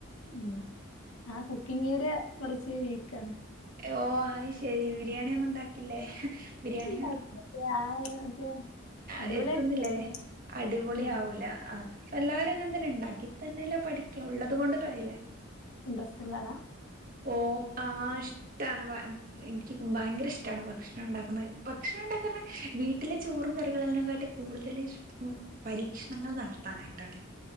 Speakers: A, on the left; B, on the right.
A: ഉം ആ കുക്കിങ്ങേരിയ കൊറച്ച് വീക്കാണ്.
B: എ ഓ അ്ശെരി, ബിരിയാണി, ഒന്നും, ഉണ്ടാക്കില്ലേ, ബിരിയാണി
A: ഉണ്ടാക്കും പക്ഷെ ആ മറ്റേ
B: അ
A: അടിപൊളിയായിട്ട്
B: എത്തുന്നില്ലലെ
A: ഉണ്ടാക്കത്തില്ല
B: അടിപൊളിആവൂല
A: ഉം
B: അതിപ്പോ എല്ലാരും അങ്ങനെതന്നെ ണ്ടാക് ക്കിതെന്നെല്ലെ പഠിക്ക ഉള്ളത് കൊണ്ട് കയിലേ
A: ഇൻട്രസ്റ്റ്ള്ളാള
B: ഓ ആ ഇഷ്ട്ടാണ് വ എം മ്മ് ഇൻക്ക് ഭയങ്കെരഷ്ട്ടാണ് ഭക്ഷണം ഉണ്ടാക്കുന്നത് ഭക്ഷണണ്ടാക്കാറ്ഞ്ഞാ വീട്ടിലെ ചോറും കറികളെല്ലാം കാട്ടി കൂടുതെലിഷ്ട്ടം പരീക്ഷണങ്ങള് നടത്താനായിട്ടാണ്.